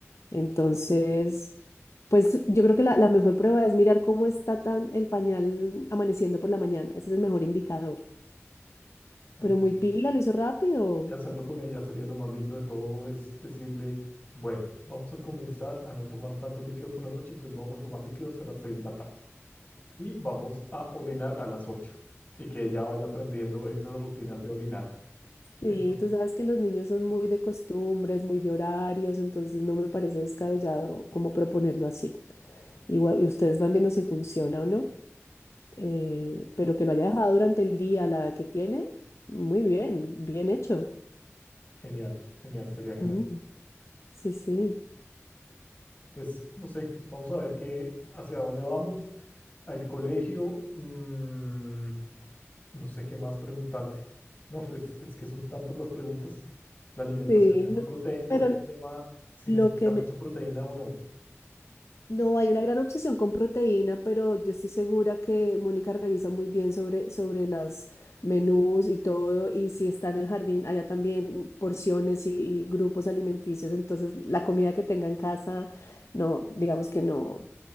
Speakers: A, on the left; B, on the left.
A: Entonces, pues yo creo que la, la mejor prueba es mirar cómo está tan el pañal amaneciendo por la mañana. Ese es el mejor indicador.
B: Ok.
A: Pero muy pila, lo hizo rápido.
B: Y hacerlo con ella sería lo más lindo de todo, es decirle, bueno, vamos a comenzar a no tomar tanto líquido por la noche, entonces vamos a tomar líquido hasta las 6 de la tarde y vamos a orinar a las 8 y que ella vaya aprendiendo esas rutinas de orinar.
A: Sí,
B: Entonces,
A: tú sabes que los niños son muy de costumbres, muy de horarios, entonces no me parece descabellado como proponerlo así. Igual, y ustedes van viendo si funciona o no. Eh, pero que lo haya dejado durante el día, a la edad que tiene, muy bien, bien hecho.
B: genial, genial, sería genial.
A: Ujú, Sí, sí.
B: pues no sé, vamos a ver qué, hacia dónde vamos. Al colegio, mm, no sé qué más preguntarte. No, pues es que son tantas las preguntas. La alimentación
A: Sí,
B: es
A: no,
B: otro, te- otro
A: pero
B: tema, si
A: lo
B: necesita
A: que
B: mucha
A: me,
B: proteína o no.
A: No, hay una gran obsesión con proteína, pero yo estoy segura que Mónica revisa muy bien sobre, sobre las menús y todo, y si está en el jardín, allá también porciones y, y grupos alimenticios, entonces la comida que tenga en casa, no, digamos que no,